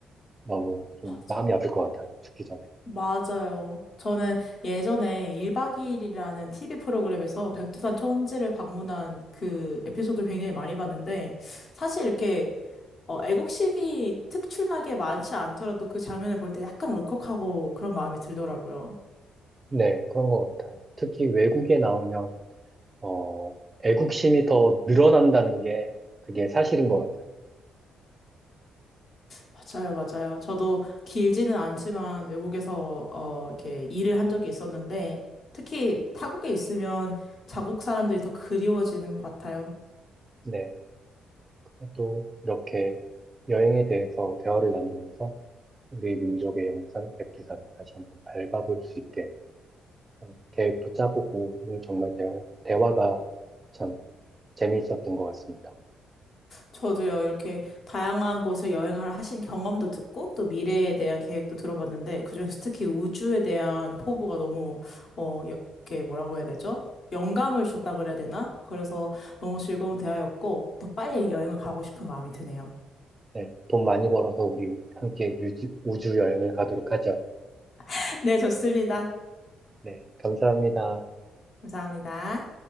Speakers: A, on the right (about 25°); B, on the left (about 50°).
A: 너무 좀
B: 맞아요.
A: 마음이 아플 것 같아요. 죽기 전에.
B: 맞아요. 저는 예전에 1박 2일이라는 TV 프로그램에서 백두산 청지를 방문한 그 에피소드 굉장히 많이 봤는데, 사실 이렇게 어, 애국심이 특출나게 많지 않더라도 그 장면을 볼 때 약간 울컥하고 그런 마음이 들더라고요.
A: 네, 그런 것 같아요. 특히 외국에 나오면 어, 애국심이 더 늘어난다는 게 그게 사실인 것 같아요.
B: 맞아요, 맞아요. 저도 길지는 않지만 외국에서 어 이렇게 일을 한 적이 있었는데 특히 타국에 있으면 자국 사람들이 더 그리워지는 것 같아요.
A: 네, 그래도 이렇게 여행에 대해서 대화를 나누면서 우리 민족의 영상 백두산을 다시 한번 밟아볼 수 있게 그런 계획도 짜보고 오늘 정말 대화, 대화가 참 재미있었던 것 같습니다.
B: 저도요, 이렇게 다양한 곳을 여행을 하신 경험도 듣고 또 미래에 대한 계획도 들어봤는데 그중에서 특히 우주에 대한 포부가 너무 어 여- 이렇게 뭐라고 해야 되죠? 영감을 줬다 그래야 되나? 그래서 너무 즐거운 대화였고 더 빨리 여행을 가고 싶은 마음이 드네요.
A: 네, 돈 많이 벌어서 우리 함께 유지- 우주 여행을 가도록 하죠.
B: <laughs> 네, 좋습니다.
A: 네, 감사합니다.
B: 감사합니다.